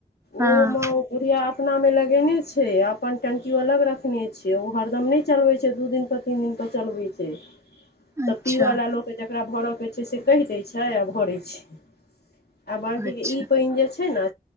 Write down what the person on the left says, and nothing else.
ओमे अपनामे लगेने छै। अपन टंकियो अलग रखने छै। ओ हरदम नहि चलबै छै। दू दिन पर तीन दिन पर चलबे छै। तब
पीला लोक के जेकरा भर छै। कहि दै छै। आ भरै छै। आ बाँकीे
ई पानि जे छै। ने